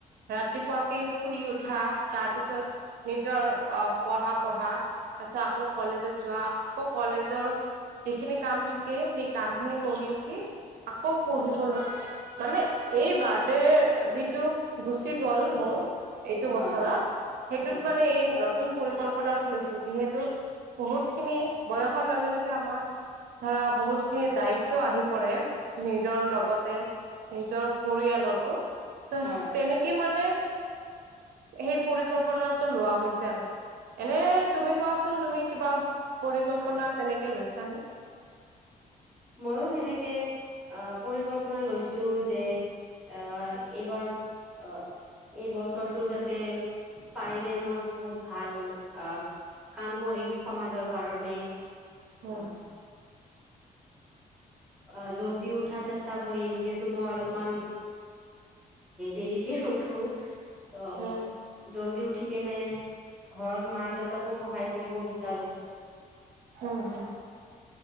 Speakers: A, on the right (about 75°); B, in the centre.
A: ৰা তি পোৱা কে শুই উঠা তাৰ পিছত নিজৰ পঢ়া-পঢ়া তাৰ পিছত আকৌ কলেজত যোৱা আকৌ কলেজৰ যিখিনি কাম থাকে সেই কাম খিনি কৰি উঠি আকৌ পঢ়িবলৈ মানে এই, বাৰ্থডেৰ যিটো গুচি গ'ল মোৰ, এইটো
B: হয়
A: বছৰত সেইটোত
B: হয়
A: মানে এই ন নতুন পৰিকল্পনাটো লৈছো যিহেতু বহুত খিনি বয়সৰ লগে লগে আমাৰ ধৰা বহুত খিনি দায়িত্ব আহি পৰে নিজৰ লগতে নিজৰ, পৰিয়ালৰো। ত
B: হয়
A: তেনেকে মানে সেই পৰিকল্পনাটো লোৱা হৈছে আৰু এনে তুমি কোৱাচোন তুমি কিবা পৰিকল্পনা তেনেকে লৈছানে।
B: ময়ো সেনেকে আহ পৰিকল্পনা লৈছো যে অহ এইবাৰ অহ এই বছৰটো যাতে পাৰিলে মই বহুত ভাল আহ কাম কৰিম সমাজৰ কাৰণে। অ
A: উম
B: আহ জল্দি উঠা চেষ্টা কৰিম যিহেতু মই অলপমান দেৰিকে উঠো। অ
A: উম
B: জল্দি উঠ ঠিকেনে ঘৰত মা দেউতাকো সহায় কৰিব বিচাৰো।
A: উম হম,